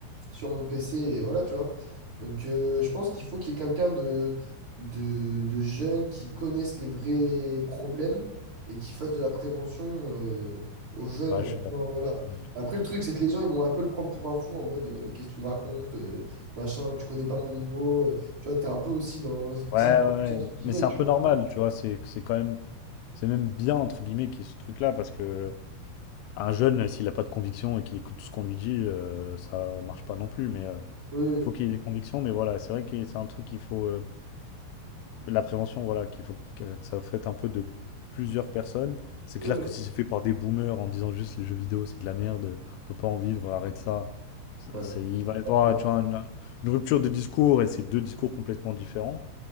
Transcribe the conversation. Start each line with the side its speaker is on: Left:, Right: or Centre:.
Right: sur mon PC et voilà, tu vois. Donc, euh, je pense qu'il faut qu'il y ait quelqu'un de, de, de jeune qui connaisse les vrais problèmes et qui fasse de la prévention euh, aux jeunes
Left: Ouais,
Right: en
Left: je
Right: disant,
Left: suis d'accord.
Right: voilà.
Left: Mmh.
Right: Après, le truc, c'est que les gens, ils vont un peu le prendre pour un fou en mode, ouais, mais qu'est-ce que tu me racontes, euh, machin, tu connais pas mon niveau, euh, tu vois, t'es un peu aussi dans ce team,
Left: Ouais, ouais, ouais,
Right: entre guillemets,
Left: mais c'est
Right: tu
Left: un peu
Right: vois.
Left: normal, tu vois? C'est c'est quand même c'est même «bien» entre guillemets qu'il y ait ce truc-là parce que un jeune, s'il a pas de conviction et qu'il écoute tout ce qu'on lui dit, heu, ça marche pas non plus mais heu,
Right: Oui,
Left: il faut qu'il ait des convictions mais voilà, c'est vrai que c'est un truc qu'il faut, euh, La prévention, voilà, qu'il faut que ça fasse un peu de plusieurs personnes. C'est
Right: oui.
Left: clair
Right: Ouais.
Left: que si c'est fait par des boomers en disant juste les jeux vidéo, c'est de la merde, on peut pas en vivre, arrête ça. Ça-
Right: Ouais.
Left: c'est- il va y avoir,
Right: Pardon.
Left: tu vois, une, une rupture de discours et c'est deux discours complètement différents.